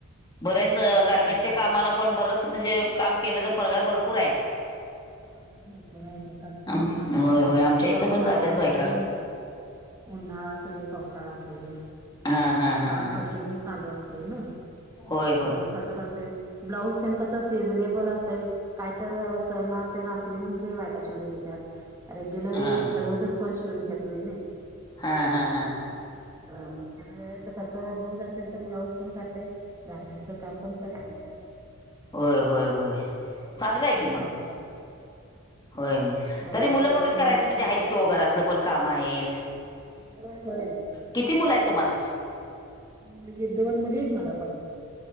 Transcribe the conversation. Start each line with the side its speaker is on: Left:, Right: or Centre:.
Left: बऱ्याच
Right: होय होय
Left: गारमेंटच्या
Right: गार
Left: कामाला पण बरच म्हणजे काम केलं तर पगार भरपूर आहे.
Right: पगार भरपूर आहे की कंटिन्यू
Left: आम
Right: काम असत
Left: होय होय आमच्या
Right: पावसाळा
Left: इथं पण जात्यात
Right: अस
Left: बायका
Right: दे उन्हाळ अस दे, पावसाळा अस दे,
Left: हा. हा हा
Right: काम
Left: हा
Right: कंटिन्यू चालू असतय ना
Left: होय होय
Right: मग कस करता येईल? ब्लाऊज ते कसं सीझनेबल असतं काय तर सण असते ना असली की म्हणजे शिवून घेतात रेग्युलरी
Left: हा हा
Right: रोजच कोण शिवून घेत नाही नाइ.
Left: हा हा हां.
Right: हा मग काय? कस ब्लाउज असेल तर ब्लाउज पण करते, गार्मेंटच काम पण करते.
Left: होय, होय, होय. चांगलं
Right: हे
Left: आहे
Right: पण
Left: की मग
Right: चालू आहे.
Left: होय, होय
Right: घरात
Left: तरी मुलं
Right: मशीन
Left: बघत करायचं
Right: आहे
Left: म्हणजे
Right: स्वतःच
Left: आहेच कि हो घरातलं पण काम आहेत.
Right: होय होय.
Left: किती मुलं आहे तुम्हाला?
Right: मुलगी दोन मुली आहेत मला पण.